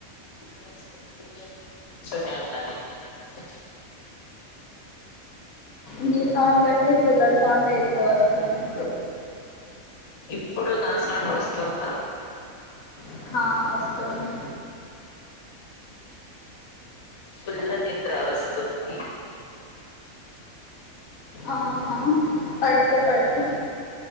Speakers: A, on the left; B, on the left.
A: కూలర్ సౌండ్ కూలర్ ముందే కూర్చొని ఉన్న నేను అందుకే
B: నీ సౌండ్ కంటే కూలర్ సౌండ్ ఎ ఎక్కువ వస్తుంది
A: ఇప్పుడు నా సౌండ్ వస్తుందా
B: ఇంకా వస్తుంది
A: ఫుల్లు నిద్ర వస్తుంది
B: ఆహా పడుకో పడుకో